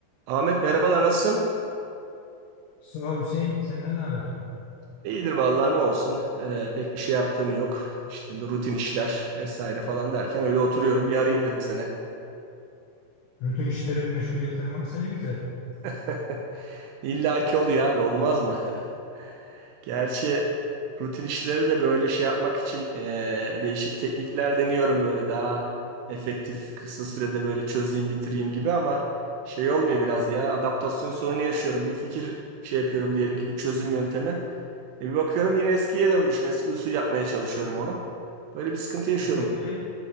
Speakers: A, on the right; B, on the left.
A: Ahmet merhabalar nasılsın?
B: Sağ ol Hüseyin. Senden ne haber?
A: İyidir vallahi ne olsun. Ee, pek bir şey yaptığım yok. İşte rutin işler vesaire falan derken öyle oturuyorum. Bir arayayım dedim sana.
B: Rutin işlerin, meşguliyetlerin varsa ne güzel.
A: <laughs> İlla ki oluyor abi olmaz mı? <laughs> Gerçi rutin işleri de böyle şey yapmak için eee, değişik teknikler deniyorum böyle daha efektif kısa sürede böyle çözeyim bitireyim gibi ama şey olmuyor biraz ya adaptasyon sorunu yaşıyorum. Bir fikir şey yapıyorum diyelim ki bir çözüm yöntemi. E bir bakıyorum yine eskiye dönmüşüm. Eski usul yapmaya çalışıyorum onu. Böyle bir sıkıntı yaşıyorum.
B: Rutinleri,